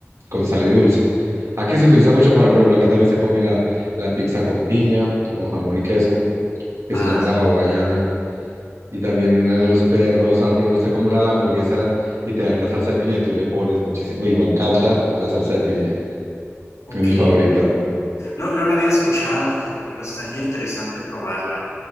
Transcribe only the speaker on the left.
Ah,
ok.
No, no lo había escuchado, fíjate, pero estaría interesante probarla.